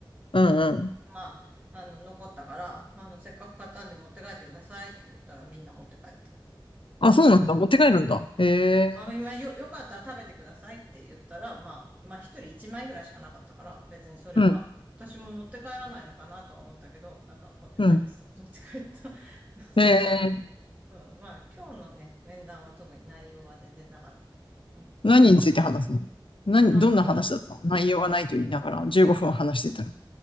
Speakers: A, on the left; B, on the right.
A: うん、うん。
B: ど。まあ、あの、残ったから、あの、せっかく買ったんで持って帰ってくださいって言ったらみんな持って帰った。
A: あ、そうなんだ。持って帰るんだ。へえ。
B: あ、今よ、よかったら食べてくださいって言ったら、まあ、まあ一人一枚ぐらいしかなかったから、別にそれは、
A: うん、
B: 私も持って帰らないのかなとは思ったけど、なんか持って帰って、
A: うん。
B: <laughs> 持って帰った。<laughs> そうそうそう
A: へえ。
B: うん、まあ今日のね、面談は特に内容は全然なかった。うん。
A: 何について話すの何、
B: で、なんか、
A: どんな話だったの内容がないと言いながら15分話してたら。